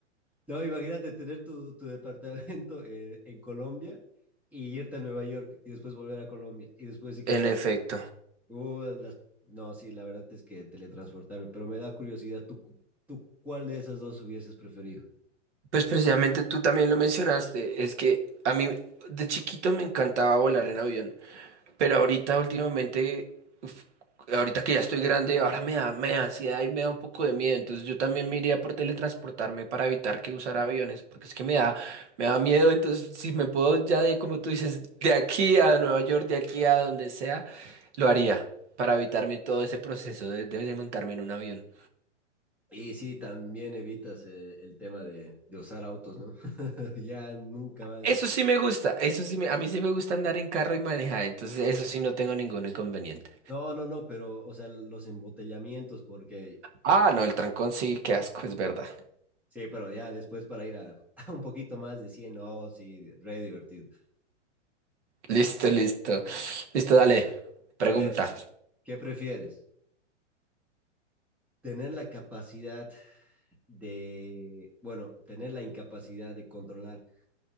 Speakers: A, in the centre; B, on the right.
A: no, imagínate tener tu, tu departamento en, en Colombia y irte a Nueva York y después volver a Colombia y después si quieres,
B: En efecto.
A: uh, las... no, sí, la verdad es que teletransportarme, pero me da curiosidad, ¿tú, cu- tú cuál de esas dos hubieses preferido?
B: Pues precisamente tú también lo mencionaste, es que a mí de chiquito me encantaba volar en avión. Pero ahorita últimamente, uf, ahorita que ya estoy grande, ahora me da, me da ansiedad y me da un poco de miedo. Entonces yo también me iría por teletransportarme para evitar que usar aviones, porque es que me da, me da miedo. Entonces si me puedo ya de, como tú dices, de aquí a Nueva York, de aquí a donde sea, lo haría para evitarme todo ese proceso de, de- de montarme en un avión.
A: Y sí, también evitas eh, el tema de, de usar autos, ¿no? <laughs> Ya nunca más.
B: Eso sí me gusta, eso sí me, a mí sí me gusta andar en carro y manejar, entonces eso sí no tengo ningún inconveniente.
A: No, no, no, pero, o sea, los embotellamientos, porque, uf,
B: Ah, no, el trancón sí, qué asco, es verdad.
A: sí, pero ya después para ir a, <laughs> a un poquito más de 100, no, sí, re divertido.
B: Listo, listo. Listo, dale. Pregunta.
A: A ver, ¿qué prefieres? ¿Tener la capacidad de, bueno, tener la incapacidad de controlar